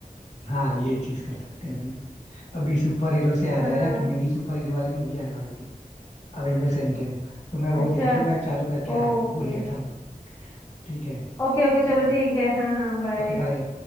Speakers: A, on the left; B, on the left.
A: हाँ ये चीज कर सकते हैं अभी अभी सुपर हीरो से याद
B: हाँ
A: आया ना कि मेरी सुपर हीरो वाली मूवी आने वाली थी अवेंजर्स एंड गेम तो मैं वो
B: अच्छा
A: देख लूं मैं चालू करके आया
B: ओके
A: हूँ भूल गया था मैं ठीक है
B: ओके ओके चलो
A: ओके
B: ठीक है हाँ हाँ बाय
A: Okay bye